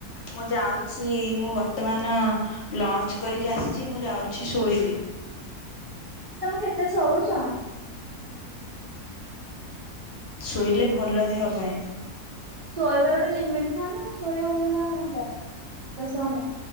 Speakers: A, on the left (about 55°); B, on the right (about 60°).
A: ମୁଁ ଯାଉଛି, ମୁଁ ବର୍ତ୍ତମାନ ଲଞ୍ଚ କରିକି ଆସିଛି, ମୁଁ ଯାଉଛି ଶୋଇବି।
B: ତମେ କେତେ ଶୋଉଛ?
A: ଶୋଇଲେ ଭଲ ଦେହ ପାଇଁ।
B: ଶୋଇବାର ଗୋଟେ ଲିମିଟ ଥାଏ ନା ଶୋଇଵା ବାଳିକା ଘଣ୍ଟାଏ ଦଶ ଘଣ୍ଟା।